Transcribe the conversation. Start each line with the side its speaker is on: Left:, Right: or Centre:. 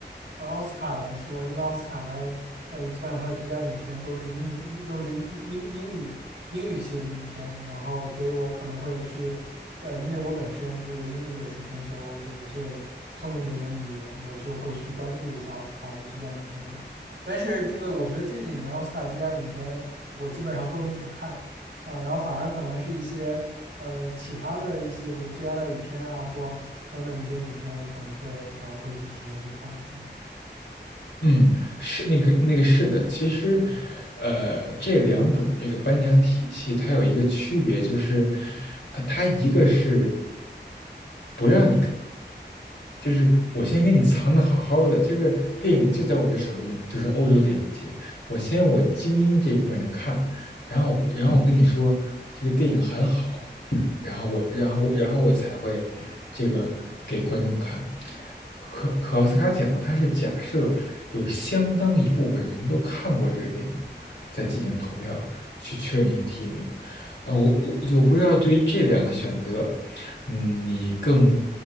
Right: 呃奥斯卡来说，因为奥斯卡的呃基本上它的最佳影片都是英语，都是英英英语英语系的影片，然后所以我可能会去。呃，因为我本身这个英语也是全球这个最通用的一门语言，我就会去关注一下奥斯卡的最佳影片奖。但是这个我觉得这几年奥斯卡最佳影片我基本上都没怎么看啊，然后反而可能是一些呃其他的一些，比如最佳外语片啊或等等一些影片，我可能会反而会去提前去看一下。
Left: 嗯，是那个那个是的，其实，呃，这两种这个颁奖体系它有一个区别，就是，呃，它一个是不就是我先给你藏的好好的，这个电影就在我这首映，就是欧洲电影节，我先我精英这部分人看，然后然后我跟你说这个电影很好，然后我，然后，然后我才会这个给观众看。可可奥斯卡奖，它是假设有相当一部分人都看过这个电影，再进行投票去确认一个提名。呃，我我我不知道对于这两个选择，嗯，你更